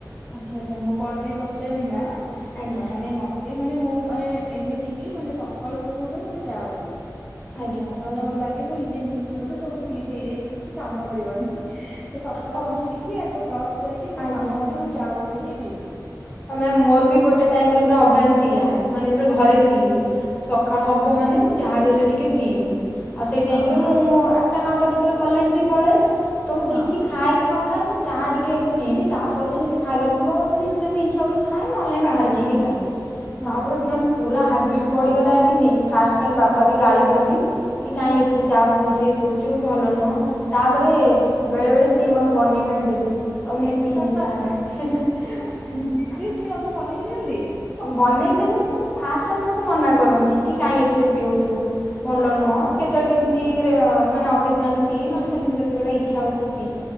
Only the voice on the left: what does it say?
ଆଜ୍ଞା
ଆଜ୍ଞା ଆଜ୍ଞା
ହଉ
ଆଜ୍ଞା।
ହିଁ, ମ୍ୟାମ୍ ମୋର ବି ଗୋଟେ ଟାଇମରେ ପୁରା ଅଭ୍ୟାସ ଥିଲା ମାନେ ଯେତ ବେଳେ
ଘରେ ଥିଲି। ସଖାଳ ହବ ମାନେ ମୁଁ ଯାହାବି ହେଲେ ଟିକିଏ ପିଇବି ଆଉ ସେଇ
ଟାଇମ୍ ରେ
ମୁଁ ଆଗ ଆ, ନଅଟା ଭିତରେ କଲେଜ ବି ପଳାଏ ତ ମୁଁ
କିଛି ଖାଏ କି ନ ଖାଏ ମୁଁ ଚା ଟିକେ ଆଗେ ପିଇବି ତା ଜେମିତି ଖାଇବାର ଥିବ ରିସେଣ୍ଟଲି ଇଚ୍ଛା ହୁଏ ଖାଏ ନ ହେଲେ ନାଇଁ ବାହାରେ
ଯାଇକି
ଖାଏ,
ତାପରେ ମ୍ୟାମ୍ ପୁରା ହାବିଟ୍ ପଡ଼ିଗଲା ଏମିତି ଫାଷ୍ଟ, ଫାଷ୍ଟ
ବାପା ବି ଗାଳି ଦିଅନ୍ତି କି କାହିଁ
ଏତେ ଚାହା ପିଉଛୁ ଇଏ କରୁଛୁ ଭଲ ନୁହଁ। ତା ପରେ
ବେଳେ ବେଳେ ସିଏ ମତେ ବନେଇକି ଆଣି ଦେବେ ହଉ ନେ ପି
ନେ
ଚା ନେ --
ବନେଇକି ଦିଅନ୍ତୀ ନି ମାନେ ଫାଷ୍ଟ ଫାଷ୍ଟ ମତେ ମନା କରନ୍ତି କି କାଇହିଁ ଏତେ ପିଉଛୁ। ଭଲ
ନୁହଁ
କେତେବେଳେ କେମିତି
ମାନେ ଅକେଜନାଲି। ପିଇ ନହଲେ ସେମିତି କେତେବେଳେ ଗୋଟେ ଇଚ୍ଛା ହଉଚି ପିଇ